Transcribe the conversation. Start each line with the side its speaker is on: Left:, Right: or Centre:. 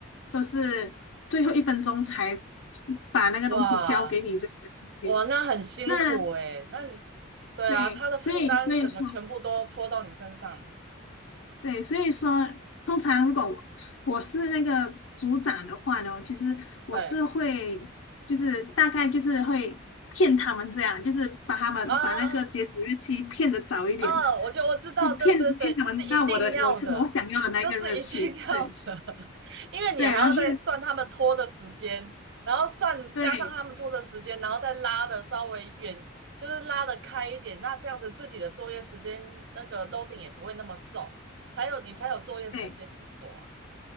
Left: 都是最后一分钟才把那个东西交给你这个东西。
Right: 哇哇，那很辛苦诶，
Left: 那
Right: 那你对啊，
Left: 对，
Right: 他的负担整个全部都拖到你身上，
Left: 所以所以说，对，所以说，通常如果我我是那个组长的话呢，其实我是会就是大概就是会骗他们这样，
Right: 对
Left: 就是把他们把那个截止日期骗得早一点，
Right: 啊啊，啊我就我知道，
Left: 就骗骗他们到我的我我想要的那个日期，
Right: 对对对，这是一定要的，这是一定要的，
Left: 对
Right: <laughs> 因为你还要再算他们拖的时间，
Left: 对，然后就
Right: 然后算加上他们拖的时间，
Left: 对。
Right: 然后再拉的稍微远，就是拉的开一点，那这样子自己的作业时间那个 loading 也不会那么重，才有你才有作业时间可以做啊。
Left: 对